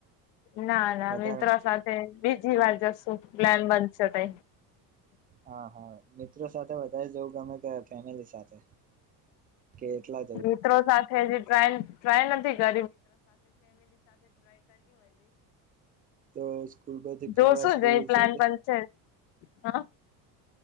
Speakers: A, on the left (about 70°); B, on the right (about 20°).
A: ના ના
B: વધારે
A: મિત્રો સાથે બીજી વાર જશું પ્લાન બનશે તઈ.
B: હા હા મિત્રો સાથે વધારે જવું ગમે કે ફેમિલી સાથે? કે એટલા જવું
A: મિત્રો સાથે, જ ટ્રાય ટ્રાય નથી, કર
B: તો સ્કૂલ પરથી
A: જો
B: પ્રવાસ
A: શું જઈ,
B: કેવી
A: પ્લાન
B: છે તો
A: બનશે હા